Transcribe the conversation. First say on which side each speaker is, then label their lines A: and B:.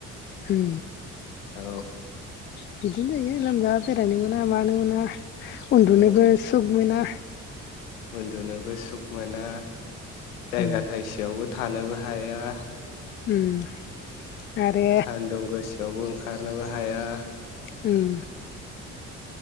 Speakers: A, on the left; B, on the left.
A: हम
B: औ
A: बिदिनो जायो लोमजाबा बेरायनो मोना मानो मोना उन्दुनोबो
B: औ
A: सुख मोना।
B: उन्दुनोबो सुख मोना। जायगा
A: उम
B: थाइसेयावबो थानोबो हाया।
A: उम आरो
B: सान्दुं गोसा यावबो ओंखारनोबो हाया।
A: ओम